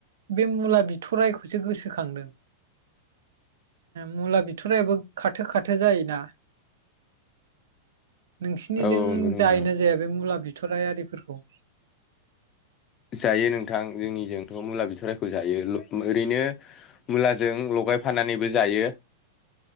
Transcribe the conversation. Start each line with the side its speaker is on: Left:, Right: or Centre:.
Right: बे मुला बि थ'रायखौसो गोसोखांदों, मुला बिथ'राइयाबो खाथो खाथो जायोना नोंसिनिजों
Left: औ नंगौ नोंथां
Right: जायोना जाया बे मुला बिथ'राइ आरिफोरखौ
Left: जायो नोंथां जोंनिजोंथ' मुला बिथ'राइखौ जायो ओरैनो मुलाजों लगायफानानैबो जायो